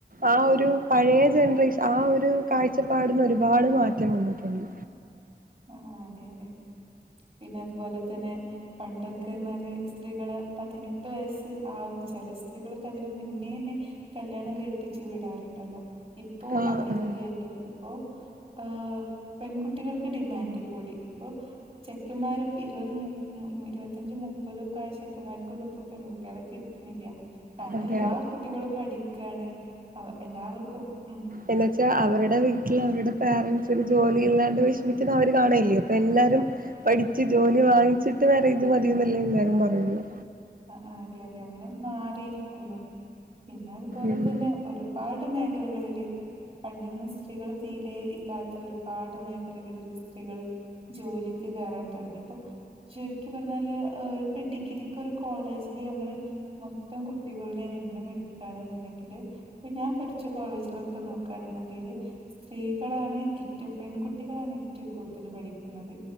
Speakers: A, on the right (about 50°); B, on the right (about 35°).
A: ആ ഒരു പഴയ ജനറേഷൻ ആ ഒരു കാഴ്ചപ്പാടിന് ഒരുപാട് മാറ്റം വന്നിട്ടുണ്ട്
B: ആഹ് അതെ അതെ പിന്നെ അതുപോലെ തന്നെ പണ്ടൊക്കപറഞ്ഞാല് സ്ത്രീകള്പതിനെട്ട് വയസ്സ് ആവും ചില സ്ത്രീകളൊക്കെ അതിന് മുന്നേന്നെ കല്യാണം കഴിപ്പിച്ച് വിടാറുണ്ടല്ലോ ഇപ്പോ
A: ആഹ്
B: അതില്ലല്ലോ
A: ആഹ്
B: ഇപ്പോ ഹ് പെൺകുട്ടികൾ ഡിമാൻഡ് കൂടി ഇപ്പൊ ചെക്കമാരും ഇരുപത് മു ഇരുപത്തിഞ്ച മുപ്പതൊക്കെ ആയ ചെക്കന്മാർക്കൊന്നും ഇപ്പൊ പെൺകുട്ടികളൊക്കെ കിട്ടുന്നില്ല കാരണം
A: അതാണ്
B: എല്ലാ കുട്ടികളും പഠിക്കയാണ് അവ എല്ലാവർക്കും ഉം
A: എന്ന വെച്ചാൽ അവരുടെ വീട്ടിൽ അവരുടെ പോരൻറ്സ് ഒരു ജോലി ഇല്ലാണ്ട് വിഷമിക്കുന്ന അവര് കാണല്ലയോ അപ്പ എല്ലാരും പഠിച്ച് ജോലി വാങ്ങിച്ചിട്ട് വേറെ ഇത് മതിയന്നല്ലേ എല്ലാരും പറയുന്നു
B: ആഹ് അതെ അതെ അങ്ങനെ മാറിയിരിക്കുന്നു പിന്നെ അതുപോലെ
A: ഉം
B: തന്നെ ഒരുപാട് മേഖലകളില് പണ്ടൊന്നും സ്ത്രീകള് തീരെ ഇല്ലാത്ത ഒരുപാട് മേഖലകളില് സ്ത്രീകള് ജോലിക്ക് കയറാൻ തുടങ്ങി ഇപ്പോൊ ചുരുക്കി പറഞ്ഞാല് ഇപ്പൊ ഡിഗ്രി ഇപ്പൊ ഒരു കോളേജില് നമ്മള് മൊത്തം കുട്ടികളുടെ എണ്ണം എടുക്കുകയാണെന്നുണ്ടെങ്കില്... ഇപ്പൊ ഞാൻ പഠിച്ച കോളേജിലൊക്കെ നോക്കുകയാണെന്നുണ്ടെങ്കില്... സ്ത്രീകളാണ് ഏറ്റവും പെൺകുട്ടികളാണ് ഏറ്റവും കൂടുതൽ പഠിക്കുന്നത്.